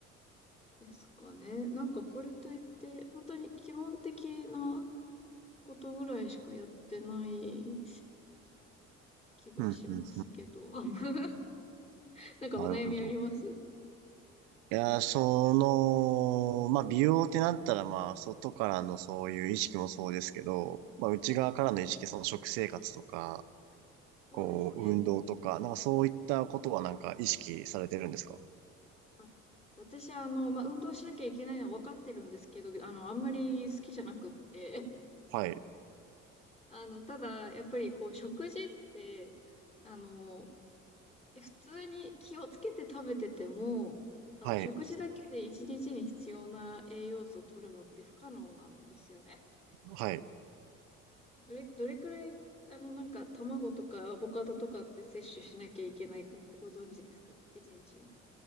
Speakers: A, on the left; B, on the right.
A: ですかね。なんかこれといって、本当に基本的なことぐらいしかやってない気がしますけど。
B: うん、うん、うん、うん。
A: <laughs> なんかお悩みあります
B: なるほど。いやー、その、まあ、美容ってなったら、まあ、外からのそういう意識もそうですけど、まあ、内側からの意識、その食生活とか、
A: そうですね。
B: こう、運動とか、なんかそういったことはなんか意識されてるんですか
A: はい。あ、私、あの、まあ、運動しなきゃいけないのは分かってるんですけど、あの、あんまり好きじゃなくって、<laughs>
B: はい、
A: あの、ただ、やっぱりこう、食事って、あの、え普通に気をつけて食べてても、あの、
B: はい、
A: 食事だけで一日に必要な栄養素を取るのって不可能なんですよね。
B: はい。
A: どれ、どれくらい、あの、なんか、卵とかアボカドとかって摂取しなきゃいけないかってご存知ですか一日に。